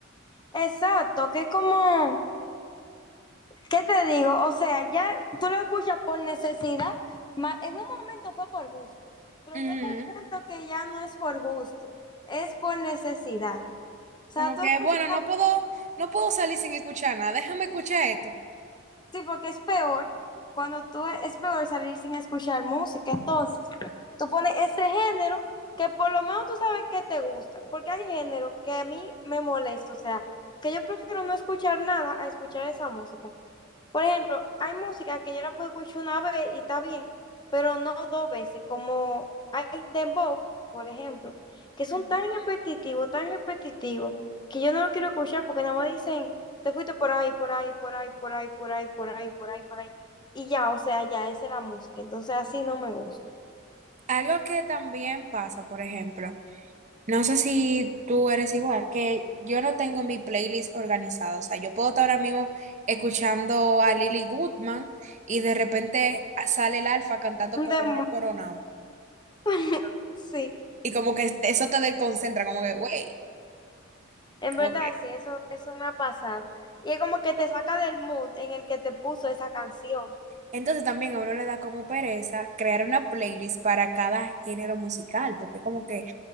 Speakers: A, on the left; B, on the right.
A: Exacto, que es como, ¿Qué te digo? O sea, ya tú lo escuchas por necesidad, ma- en un momento fue por gusto, pero
B: Ujú.
A: llega un punto que ya no es por gusto, es por necesidad. O sea,
B: Como
A: tú
B: que,
A: escuchas,
B: bueno, no puedo, no puedo salir sin escuchar nada. Déjame escuchar esto.
A: sí, porque es peor, cuando tú es peor salir sin escuchar música, entonces tú pones ese género que por lo menos tú sabes que te gusta, porque hay género que a mí me molesta, o sea, que yo prefiero no escuchar nada a escuchar esa música. Por ejemplo, hay música que yo la puedo escuchar una vez y está bien, pero no dos veces, como hay dembow, por ejemplo, que son
B: Ujú.
A: tan repetitivos, tan repetitivos, que yo no lo quiero escuchar porque nada más dicen, te fuiste por ahí, por ahí, por ahí, por ahí, por ahí, por ahí, por ahí, por ahí. Y ya, o sea, ya, esa es la música. Entonces así no me gusta.
B: Algo que también pasa, por ejemplo. No sé si tú eres igual, que yo no tengo mi playlist organizada. O sea, yo puedo estar ahora mismo escuchando a Lily Goodman y de repente sale el Alfa cantando Coronao,
A: Un dembow,
B: Coronao.
A: <laughs> sí.
B: Y como que este- eso te desconcentra, como que, güey,
A: En
B: como
A: verdad,
B: que.
A: sí, eso, eso me ha pasado. Y es como que te saca del mood en el que te puso esa canción.
B: Entonces también a uno le da como pereza crear una playlist para cada género musical, porque como que